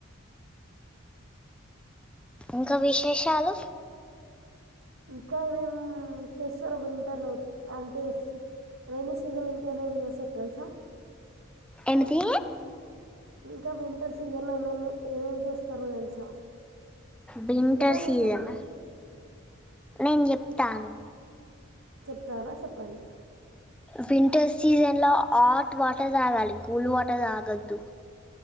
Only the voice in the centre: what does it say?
ఇంకా విశేషాలు
ఎన్ తీ
వింటర్
సీజనా
నేను చెప్తా ఆగు
వింటర్ సీజన్లో హాట్ వాటర్ తాగాలి కూల్ వాటర్ తాగొద్దు